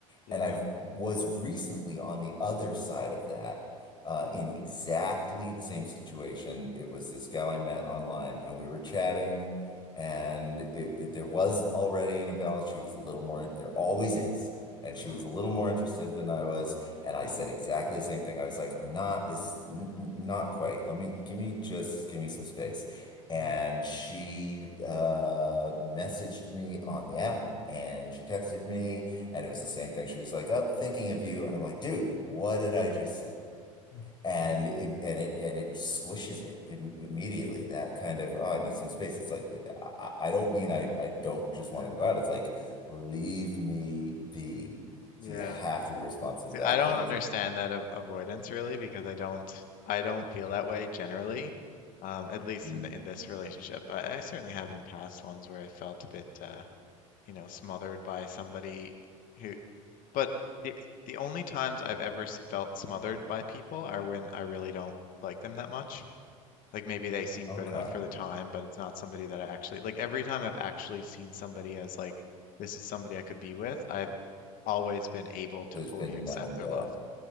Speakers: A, on the left; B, on the left.
A: yeah.
B: And I was recently on the other side of that, uh,
A: Mm,
B: in exactly the same situation. It was this gal I met online, and we were chatting, and it, it- there was already an imbalance. She was a little more. There always is. And she
A: mm-hmm,
B: was a little more interested than I was, and I
A: mm-hmm,
B: said exactly the same thing. I was like, "I'm not this, n n- not quite. Let me give me just give me some space." And
A: mm-hmm,
B: she uh, messaged me on the app and she texted me, and it was the same thing. She was like, Up, thinking of you. And I'm like, Dude, what did I just say?
A: mm,
B: And it, and it and it squishes it im immediately. That kind of, oh, I need some space. It's like I, I I don't mean I, I don't just want
A: yeah,
B: to go out. It's like leave me be.
A: yeah.
B: So you have to be responsive
A: See,
B: to that.
A: I don't
B: And it's
A: understand that av avoidance really because I don't I don't feel that way generally. Um, at least
B: mm,
A: in the, in this relationship. I, I certainly have in past ones where I felt a bit uh, you know, smothered by somebody who but the the only times I've ever s- felt smothered by people are when I really don't like them that much. Like maybe they seem
B: okay.
A: good enough for the time, but it's not somebody that I actually like every time I've actually seen somebody as like this is somebody I could be with, I've always been able to
B: There's
A: fully
B: been
A: accept
B: none of
A: their
B: that.
A: love.